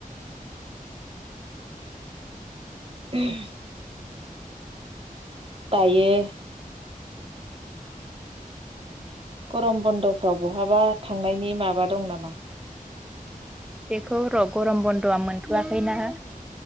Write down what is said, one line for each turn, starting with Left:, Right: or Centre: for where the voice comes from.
Right: <unintelligible> दायो गरम बन्द'फ्राव बहाबा थांनायनि माबा दं नामा?
Centre: बेखौ र गरम बन्द'आ मोनथ'वाखैना।